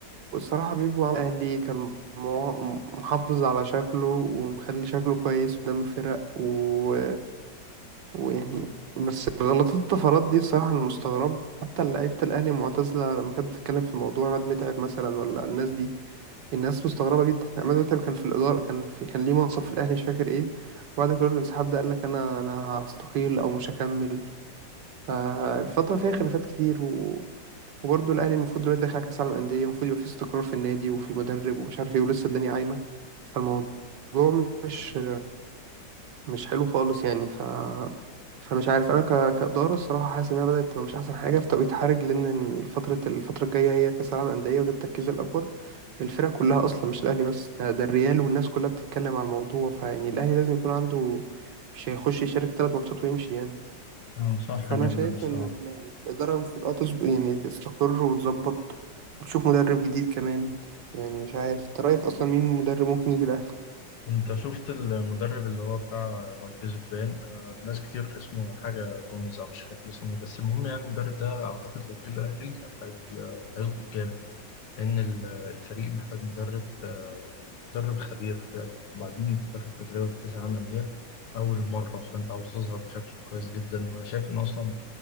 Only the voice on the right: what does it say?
والصراحة بيبو عم أهلي كان مو- محافظ على شكله ومخلي شكله كويس قدام الفرق و... ويعني بس غلطات الطفرات دي بصراحة أنا مستغربها حتى لعيبة الأهلي المعتزلة لما كانت بتتكلم في الموضوع عماد متعب مثلا ولا الناس دي الناس مستغربة جدا عماد متعب كان في الإدارة كان في... كان ليه منصب في الأهلي مش فاكر إيه وبعد قرار الانسحاب ده قال لك أنا أنا هستقيل أو مش هكمل فالفترة فيها خلافات كتير و... وبرضه الأهلي المفروض دلوقتي داخل على كأس العالم للأندية المفروض يبقى فيه استقرار في النادي وفي المدرب ومش عارف ايه ولسه الدنيا عايمة فالموضوع مش مش حلو خالص يعني ف فمش عارف أنا ك... كإدارة الصراحة حاسس إنها بدأت تبقى مش أحسن حاجة في توقيت حرج لأن الفترة الفترة الجاية هي كأس العالم للأندية وده التركيز الأكبر من الفرق كلها أصلا مش الأهلي بس ده, ده الريال والناس كلها بتتكلم على الموضوع فيعني الأهلي لازم يكون عنده مش هيخش يشارك ثلاث ماتشات ويمشي يعني
فانا
شايف
ان ال- الاداره المفروض اه تظبط يعني تستقر وتظبط وتشوف مدرب جديد كمان يعني مش عارف انت رايك اصلا مين مدرب ممكن يجي الاهلي